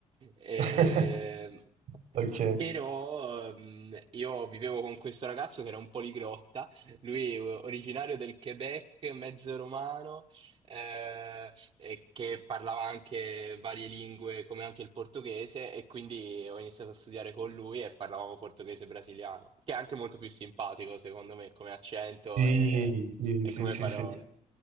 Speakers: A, on the right (about 45°); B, on the right (about 80°).
A: Eh,
B: <laughs> Ok.
A: però ehm, io vivevo con questo ragazzo che era un poliglotta, lui eh, originario del Quebec, mezzo romano, eh, e che parlava anche varie lingue come anche il portoghese e quindi ho iniziato a studiare con lui e parlavamo portoghese brasiliano, che è anche molto più simpatico secondo me come accento
B: Sì,
A: e,
B: sì,
A: e
B: sì,
A: come
B: sì,
A: parole.
B: sì.